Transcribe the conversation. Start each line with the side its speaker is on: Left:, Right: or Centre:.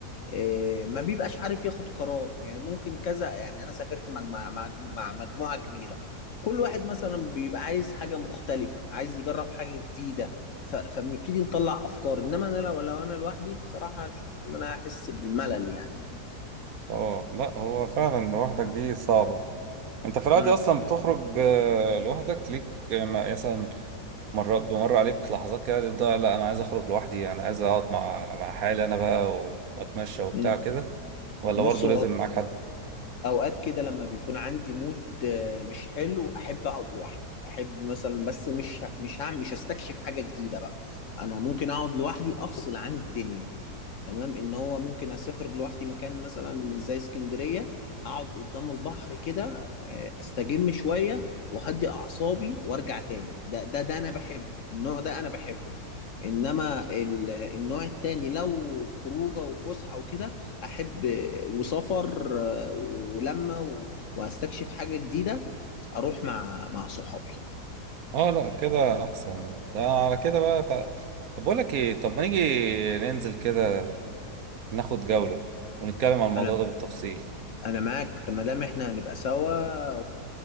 Left: إيه، ما بيبقاش عارف ياخد قرار يعني ممكن كذا يعني انا سافرت مع مع مع مع مجموعة كبيرة كل واحد مثلا بيبقى عايز حاجة مختلفة عايز يجرب حاجة جديدة ف- فبنبتدي نطلع افكار انما انا لو لو انا لوحدي بصراحة هشوف ان انا احس بالملل يعني
Right: اه لا هو فعلا لوحدك دي صعبة انت في العادي
Left: امم
Right: اصلا بتخرج آه، لوحدك ليك آه، ما- مثلا مرات بمر عليك لحظات كده ده لا انا عايز اخرج لوحدي انا عايز اقعد مع مع حالي انا بقى و- واتمشى وبتاع
Left: مم.
Right: كده ولا
Left: بص
Right: برضو
Left: هو
Right: لازم معاك حد؟
Left: اوقات كده لما بيكون عندي مود آه، مش حلو احب اقعد لوحدي احب مثلا بس مش ه- مش هعمل مش هستكشف حاجة جديدة بقى انا ممكن اقعد لوحدي افصل عن الدنيا تمام ان هو ممكن اسافر لوحدي مكان مثلا زي اسكندريه اقعد قدام البحر كده آه، استجم شويه واهدي اعصابي وارجع تاني ده ده ده انا بحبه النوع ده انا بحبه انما ال- النوع التاني لو خروجه وفسحه وكده احب آه، وسفر آه، ولما و- وهستكشف حاجه جديده اروح مع مع صحابي
Right: اه لا كده احسن لا على كده بقى تع... طب بقول لك ايه طب ما نيجي ننزل كده ناخد جولة ونتكلم عن الموضوع
Left: انا
Right: ده بالتفصيل
Left: انا معاك طب ما دام احنا هنبقى سوا